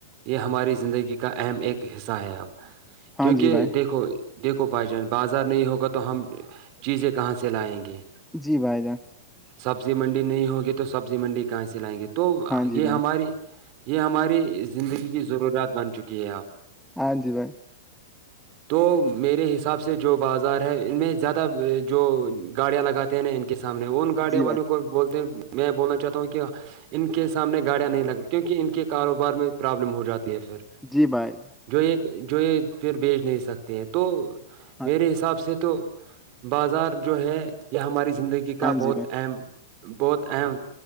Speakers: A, on the right; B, in the centre.
A: یہ ہماری زندگی کا اہم ایک حصہ ہے اب
B: ہاں
A: کیونکہ
B: جی بھائی
A: دیکھو دیکھو بائی جان بازار نہیں ہوگا تو ہم چیزیں کہاں سے لائیں گے
B: جی بھائی جان
A: سبزی منڈی نہیں ہوگی تو سبزی منڈی کہاں سے لائیں گے تو
B: ہاں جی
A: یہ
B: بھائی
A: ہماریے یہ ہماری زندگی کی ضروریات بن چکی ہے آپ
B: ہاں جی بھائی
A: تو میرے حساب سے جو بازار ہے ان میں زیادہ جو گاڑیاں لگاتے ہیں نا ان کے سامنے ان گاڑیوں
B: جی
A: والیوں
B: بھائی
A: کو بولتے میں بولنا چاہتا ہوں کہ ان کے سامنے گاڑیاں نہیں لگ کیونکہ ان کے کاروبار میں پرابلم ہو جاتی ہے پھر
B: جی بھائی
A: جو یہ جو یہ پھر بھیچ نہیں سکتے ہیں تو
B: ہاں
A: میرے حساب سے تو بازار جو ہے یہ ہماری زندگی
B: ہاں
A: کا بہت
B: جی بھائی
A: اہم بہت اہم